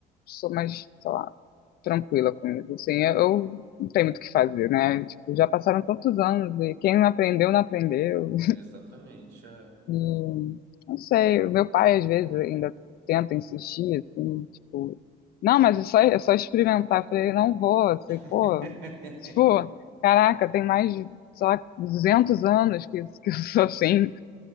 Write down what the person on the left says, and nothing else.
sou mais, sei lá, tranquila com isso. Assim, eu, eu não tenho muito o que fazer, né? Tipo, já passaram tantos anos e quem não aprendeu, não aprendeu.
Hum, não sei, o meu pai às vezes ainda tenta insistir, assim, tipo, não, mas é só, é só experimentar. Eu falei, não vou, assim,
pô, tipo, caraca, tem mais de, sei lá, 200 anos que, que eu sou assim,